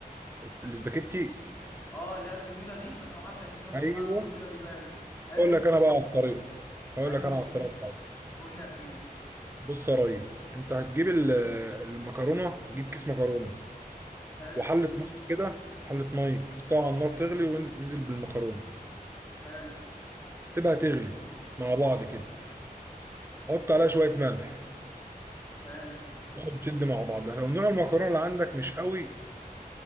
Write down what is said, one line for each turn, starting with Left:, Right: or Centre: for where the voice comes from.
Right: الاسباجيتي
Left: اه اللي هي الطويله دي اصلا ما اعرفش اسميهم
Right: ايوه
Left: بس اعرف الطويله دي بقى إيه. حلو
Right: اقول لك
Left: ده
Right: انا بقى على الطريقه
Left: عندي
Right: اقول لك انا
Left: ده
Right: على الطريقه بتاعتي
Left: قول لي يا كبير
Right: بص يا ريس انت هتجيب ال- المكرونه جيب كيس مكرونه
Left: حلو
Right: وحله ميه كده حله ميه حطها على النار تغلي وانزل انزل بالمكرونه
Left: حلو
Right: سيبها تغلي مع بعض كده حط عليها شويه ملح
Left: حلو
Right: تاخد تشد مع بعضها لو نوع المكرونه اللي عندك مش قوي